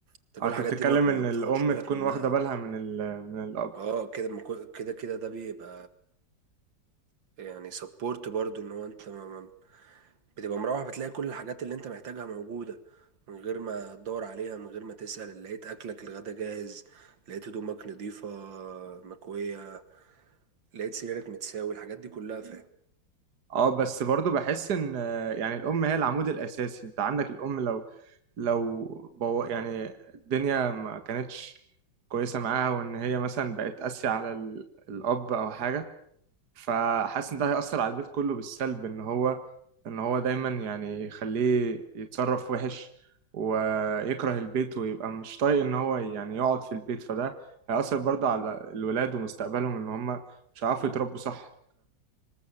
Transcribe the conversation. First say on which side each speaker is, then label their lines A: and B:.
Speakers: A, on the right; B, on the right.
A: انت
B: آه،
A: كل
B: أنت
A: الحاجات
B: بتتكلم
A: دي ما ما
B: إن
A: بتاخدش
B: الأم
A: بالك
B: تكون
A: منها
B: واخدة بالها من ال من الأب
A: اه كده ما كو- كده كده ده بيبقى يعني سبورت برضو ان هو انت ما ما بتبقى مروح بتلاقي كل الحاجات اللي انت محتاجها موجودة من غير ما تدور عليها من غير ما تسأل لقيت أكلك الغدا جاهز لقيت هدومك نضيفة مكوية لقيت سريرك متساوي الحاجات دي كلها فاهم
B: اه بس برضو بحس ان آه، يعني الام هي العمود الاساسي انت عندك الام لو لو بو يعني الدنيا ما كانتش كويسه معاها وان هي مثلا بقت قاسيه على ال- الاب او حاجه فحاسس ان ده هيأثر على البيت كله بالسلب ان هو ان هو دايما يعني يخليه يتصرف وحش ويكره البيت ويبقى مش طايق ان هو يعني يقعد في البيت فده هيأثر برضو على الولاد ومستقبلهم ان هم مش هيعرفوا يتربوا صح